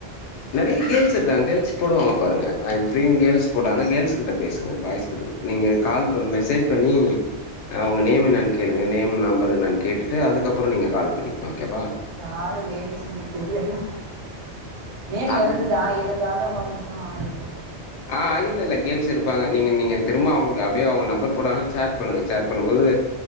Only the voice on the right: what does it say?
யாரு லேட்டிஸ்னே தெரியலியே. நேம்
வருதுதா இருந்தாலும் கொஞ். தா இப்படி சொல்லுவாங்க.